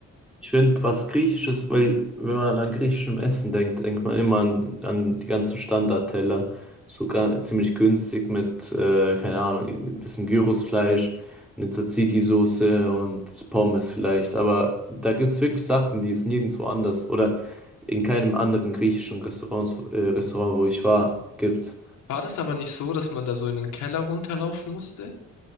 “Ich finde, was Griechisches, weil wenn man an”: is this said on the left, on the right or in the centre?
Centre